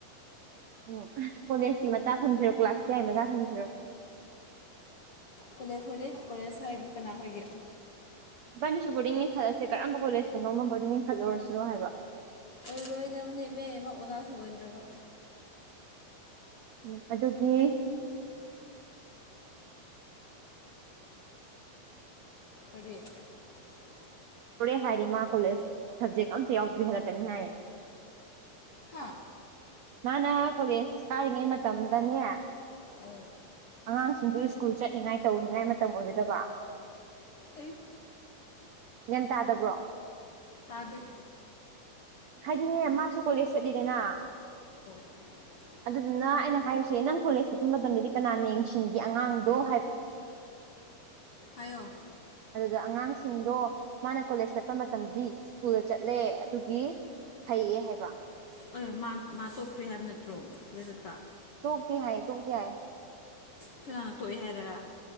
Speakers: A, on the right (about 75°); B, on the left (about 60°).
A: ꯎꯝ ꯀꯣꯂꯦꯖꯀꯤ ꯃꯆꯥ ꯊꯝꯁꯤꯔꯣ ꯀ꯭ꯂꯥꯁ ꯀꯌꯥꯏ ꯃꯆꯥ ꯊꯝꯁꯤꯔꯣ
B: ꯀꯣꯂꯦꯖ ꯈꯣꯏꯗꯤ ꯀꯣꯂꯦꯖ ꯍꯥꯏꯗꯤ ꯀꯅꯥ ꯍꯣꯏꯒꯦ
A: ꯕꯥꯅꯤꯁꯨ ꯕꯣꯔꯡ ꯂꯤꯡꯈꯠꯂꯁꯦ ꯀꯔꯝꯕ ꯀꯣꯂꯦꯖꯇꯅꯣꯃ ꯕꯣꯔꯗꯤꯡ ꯂꯤꯡꯈꯠꯂꯨꯔꯁꯤꯔꯣ ꯍꯥꯏꯕ
B: ꯑꯣꯏꯔꯣꯏꯗꯕꯅꯦ ꯏꯕꯦꯝꯃ ꯑꯣꯖꯥ ꯁꯣꯏꯗ꯭ꯔꯒ
A: ꯎꯝ ꯑꯗꯨꯒꯤ
B: ꯑ <unintelligible> <inaudible>
A: ꯇꯣꯔꯦ ꯍꯥꯏꯔꯦ ꯃꯥ ꯀꯣꯂꯦꯖ ꯁꯕꯖꯦꯛ ꯑꯝꯇ ꯌꯥꯎꯕꯤꯍꯜꯂꯛꯀꯅꯤ ꯍꯥꯏꯌꯦ
B: ꯍꯥꯥ
A: ꯃꯥꯅ ꯀꯣꯂꯦꯖ ꯀꯥꯔꯤꯉꯩ ꯃꯇꯝꯗꯅꯦ
B: ꯑꯧ
A: ꯑꯉꯥꯡꯁꯤꯡꯗꯨ ꯁ꯭ꯀꯨꯜ ꯆꯠꯅꯤꯡꯉꯥꯏ ꯇꯧꯅꯤꯉꯥꯏ ꯃꯇꯝ ꯑꯣꯏꯒꯗꯕ
B: ꯑꯦ <unintelligible> <inaudible>
A: ꯒ꯭ꯌꯥꯟ ꯇꯥꯗꯕ꯭ꯔꯣ
B: ꯇꯥꯗ
A: ꯍꯥꯏꯗꯤꯅꯦ ꯃꯥꯁꯨ ꯀꯣꯂꯦꯖ ꯆꯠꯂꯤꯗꯅ
B: <unintelligible> <inaudible>
A: ꯑꯗꯨꯗꯨꯅ ꯑꯩꯅ ꯍꯥꯏꯔꯤꯁꯦ ꯅꯪ ꯀꯣꯂꯦꯖ ꯆꯠꯄ ꯃꯇꯝꯗꯗꯤ ꯀꯅꯥ ꯌꯦꯡꯁꯤꯟꯒꯦ ꯑꯉꯥꯡꯗꯣ ꯍꯥꯏꯕ
B: ꯑꯣ <unintelligible> <inaudible>
A: ꯑꯗꯨꯗ ꯑꯉꯥꯡꯁꯤꯡꯗꯣ ꯃꯥꯅ ꯀꯣꯂꯦꯖ ꯆꯠꯄ ꯃꯇꯝꯗꯗꯤ ꯁ꯭ꯀꯨꯜꯗ ꯆꯠꯂꯦ ꯑꯗꯨꯒꯤ ꯐꯩꯌꯦ ꯍꯥꯏꯕ
B: ꯍꯣꯏꯣꯏ ꯃꯥ ꯃꯥ ꯇꯣꯛꯈ꯭ꯔꯦ ꯍꯥꯏꯕ ꯅꯠꯇ꯭ꯔꯣꯖꯄ
A: ꯇꯣꯛꯇꯦ ꯍꯥꯏꯏ ꯇꯣꯛꯇꯦ꯫ ꯍꯥꯏꯏ
B: ꯐꯂꯥꯡꯅ ꯊꯣꯛꯣꯛꯑꯦ ꯍꯥꯏꯔꯒ